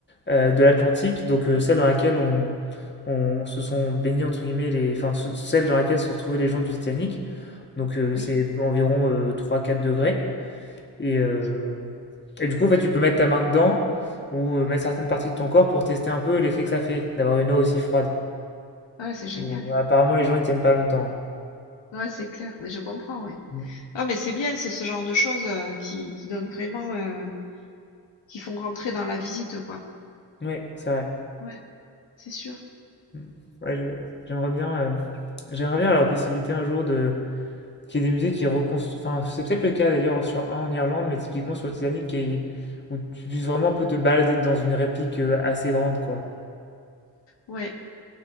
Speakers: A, on the left (about 25°); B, on the left (about 80°).
A: euh, de l'Atlantique, donc euh, celle dans laquelle on, on se sont baignés, entre guillemets, les, enfin, ce- celle dans laquelle se sont retrouvés les gens du Titanic. Donc, euh,
B: Oui.
A: c'est environ euh, 3-4 degrés. Et, euh, et du coup, en fait, tu peux mettre ta main dedans ou euh, mettre certaines parties de ton corps pour tester un peu l'effet que ça fait d'avoir une eau aussi froide.
B: Ouais, c'est génial.
A: Bon, apparemment, les gens ils tiennent pas longtemps.
B: Ouais, c'est clair, mais je comprends, oui.
A: Mm.
B: Ah mais c'est bien, c'est ce genre de choses, heu, qui qui donnent vraiment, heu, qui font rentrer dans la visite, quoi.
A: Oui, c'est vrai.
B: Ouais, c'est sûr.
A: Mm. Ouais, je- j'aimerais bien, euh, j'aimerais bien avoir la possibilité un jour de qu'il y ait des musées qui reconstruisent. Enfin, c'est peut-être le cas d'ailleurs sur un en Irlande, mais typiquement sur le Titanic, qui est- où tu puisses vraiment un peu te balader dans une réplique euh, assez grande, quoi.
B: Ouais.